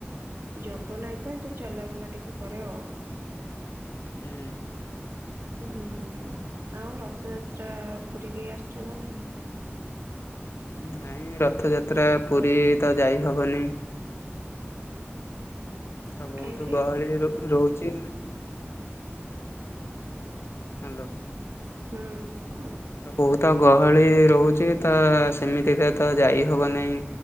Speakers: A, on the right; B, on the left.
A: ଯୋଗ ନାଇଁ ତ, ଏମତି ଚଲାବୁଲା ଟିକେ କରେ ଆଉ।
B: ହୁଁ।
A: ହୁଁ, ଆଉ ରଥଯାତ୍ରା ପୁରୀକି ଆସଛ ନା ନାହିଁ?
B: ନାଇଁ ରଥଯାତ୍ରା ପୁରୀ ତ ଯାଇ ହବନି। ତ ବହୁତ
A: କାହିଁକି
B: ଗହଳି ର-ରହୁଛି। ହାଲୋ।
A: ହୁଁ।
B: ତ ବହୁତ ଗହଳି ରହୁଛି ତ ସେମିତିରେ ତ ଯାଇହବ ନାଇଁ।